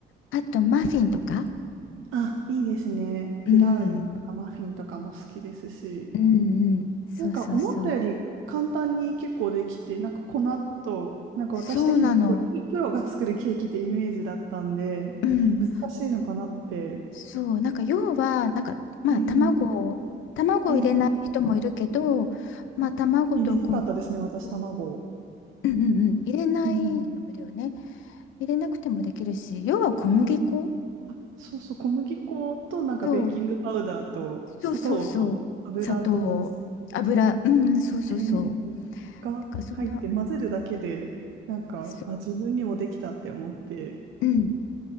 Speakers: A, on the left; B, on the right.
A: あと、マフィンとか。
B: あ、いいですね。
A: うん。
B: ブラウニーとかマフィンとかも好きですし。
A: うんうん、そうそうそう。
B: なんか思ったより簡単に結構できて、なんか粉と、なんか私的にはすごいププロが作るケーキってイメージだったんで、
A: そうなの。うん。
B: 難しいのかなって。
A: そう。なんか要は、なんか、まあ卵を、
B: えー、
A: 卵を入れない人もいるけど、
B: えー、
A: まあ卵と小麦
B: あ、入れなかったですね、私、
A: 粉、
B: 卵。
A: うんうんうん、入れない人もいるよね。
B: うん。
A: 入れなくてもできるし、要は小麦粉
B: うんあ、そうそう、小麦粉となんかベーキングパウダーと砂糖と油と水、
A: そう、そうそうそう、砂糖、油、うん、そうそうそう。
B: えーが入って混ぜるだけで、
A: だからそんな、
B: なんか、
A: そ
B: あ、自分にもできたって思って、
A: う。うん。